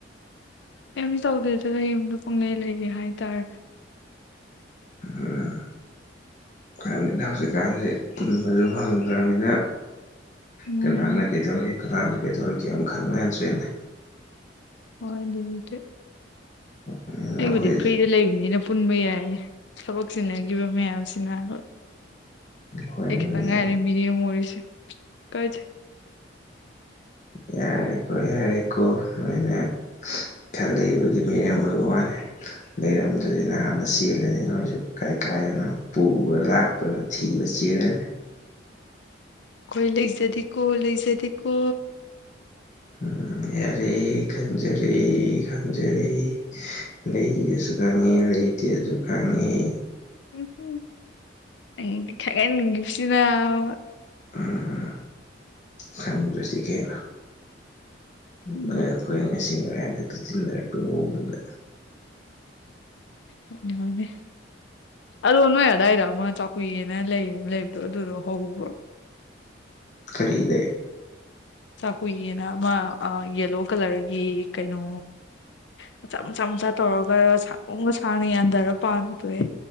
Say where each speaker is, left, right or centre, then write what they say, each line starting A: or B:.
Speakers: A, on the left; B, on the left.
A: ꯀꯩꯝ ꯇꯧꯗꯦꯗ ꯌꯨꯝꯗ ꯄꯨꯡꯂꯩ ꯂꯩꯔꯤ ꯍꯥꯏꯇꯥꯔꯦ
B: ꯎꯝ ꯈꯪꯗꯦꯗ ꯍꯧꯖꯤꯛꯀꯥꯟꯁꯤ ꯄꯨꯟꯕꯖꯨ ꯐꯪꯗ꯭ꯔꯝꯅꯤꯅ
A: ꯎꯝ
B: ꯀꯅꯥꯅ ꯀꯩꯗꯧꯔꯤ ꯀꯅꯥꯅ ꯀꯩꯗꯧꯔꯤꯒꯦ ꯑꯝ ꯈꯪꯅꯗ꯭ꯔꯦꯅꯦ
A: ꯍꯣꯢ ꯑꯗꯨꯕꯨꯗꯤ
B: ꯑꯩꯈꯣꯏ
A: ꯑꯩꯕꯨꯗꯤ ꯐ꯭ꯔꯤꯗ ꯂꯩꯕꯅꯤꯅ ꯄꯨꯟꯕ ꯌꯥꯏꯅꯦ ꯊꯕꯛ ꯆꯤꯟꯅꯒꯤꯕ ꯃꯌꯥꯝꯁꯤꯅꯕ
B: ꯍꯣꯏꯅꯦ
A: ꯑꯩꯈꯤꯇꯪ
B: ꯍꯣꯏꯅꯦ
A: ꯉꯥꯏꯔꯦ ꯃꯤꯔꯦꯝ ꯑꯣꯢꯔꯤꯁꯦ ꯀꯥꯢꯖꯩ
B: ꯌꯥꯔꯦꯀꯣ ꯌꯥꯔꯦꯀꯣ ꯅꯣꯢꯅ ꯈꯜꯂꯩꯕꯒꯤ ꯃꯤꯌꯦꯡꯝ ꯑꯣꯢꯕ ꯋꯥꯅꯦ ꯂꯩꯔꯝꯗ꯭ꯔꯗꯤ ꯅꯍꯥꯟꯅ ꯆꯦꯜꯂꯅꯤ ꯅꯣꯏꯁꯨ ꯀꯥꯏ ꯀꯥꯏꯗꯅꯣ ꯄꯨꯕ꯭ꯔꯥ ꯂꯥꯛ ꯄ ꯊꯤꯕ ꯆꯦꯜꯂꯅꯤ
A: ꯈꯣꯢ ꯂꯩꯖꯗꯦꯀꯣ ꯂꯩꯖꯗꯦꯀꯣ
B: ꯎꯝ ꯌꯥꯔꯦ ꯈꯪꯖꯔꯦ ꯈꯪꯖꯔꯦ ꯂꯩꯔꯁꯨ ꯈꯪꯉꯤ ꯂꯩꯇꯦꯁꯨ ꯈꯪꯉꯤ
A: ꯎꯝ ꯎꯝ ꯅꯪꯗꯤ ꯈꯪꯒꯟꯒꯤꯕꯁꯤꯅꯕ
B: ꯎꯝ ꯈꯪꯗ꯭ꯔꯗꯤ ꯀꯩꯅꯣ
A: ꯎꯝ
B: ꯅꯣꯢ ꯑꯈꯣꯢ ꯉꯁꯤ ꯉꯔꯥꯡ ꯈꯛꯇ ꯇꯤꯟꯅꯔꯚꯄꯩ ꯃꯋꯣꯡꯗ
A: ꯍꯣꯢꯅꯦ ꯍꯣꯢꯅꯦ ꯑꯗꯣ ꯅꯣꯢ ꯑꯗꯥꯏꯗ ꯑꯃ ꯆꯥꯎ ꯍꯨꯢꯑꯅ ꯂꯩ ꯑꯃ ꯂꯩꯕꯗꯣ ꯑꯗꯨꯗꯣ ꯍꯧꯕ꯭ꯔꯣ
B: ꯀꯔꯤ ꯂꯩ
A: ꯆꯥꯍꯨꯢꯅ ꯑꯃ ꯑ ꯌꯦꯂꯣ ꯀꯂꯔꯒꯤ ꯀꯩꯅꯣ ꯃꯆꯥ ꯃꯆꯥ ꯃꯆꯥ ꯇꯧꯔꯒ ꯁꯥꯡꯇ꯭ꯔꯣꯡꯒ ꯁꯥꯡꯅ ꯌꯥꯟꯊꯔ ꯄꯥꯟꯕꯗꯣꯍꯦ